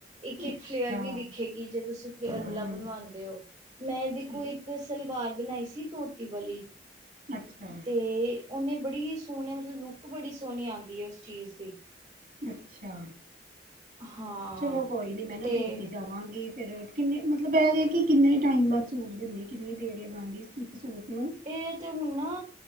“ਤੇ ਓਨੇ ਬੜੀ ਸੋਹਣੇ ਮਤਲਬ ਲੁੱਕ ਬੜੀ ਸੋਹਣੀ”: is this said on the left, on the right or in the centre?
Right